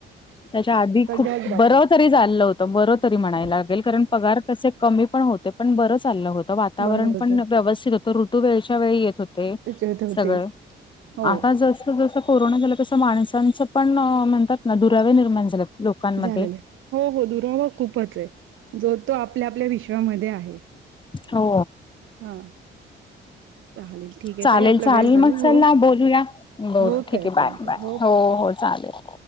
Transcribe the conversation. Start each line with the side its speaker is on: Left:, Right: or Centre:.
Left: त्याच्या आधी
Right: सगळ्याच
Left: खूप
Right: बाबतीत
Left: बर तरी लं होत बर तरी
Right: हो
Left: म्हणायला लागेल कारण पगार कसे कमी पण होते पण बरं चाललं होतं वातावरण
Right: बरं होत
Left: पण व्यवस्थित होतं ऋतू वेळच्या वेळी येत होते
Right: त्याच्यात
Left: ते
Right: होते
Left: सगळे
Right: हो
Left: आता जस जस कोरोना झालं तस माणसच पण म्हणतात दुरावे निर्माण झालेत लोकांमध्ये
Right: झालेलं आहे. हो हो दुरावा खूपच आहे जो तो आपल्या आपल्या विश्वामध्ये आहे
Left: हो
Right: हा चालेल ठीक आहे
Left: चालेल
Right: ताई आपला
Left: चालेल
Right: वेळ झाली
Left: मग
Right: हो
Left: चला बोलूया बोल
Right: हो
Left: ठीक
Right: कळतील
Left: आहे बाय
Right: तर
Left: बाय हो हो चालेल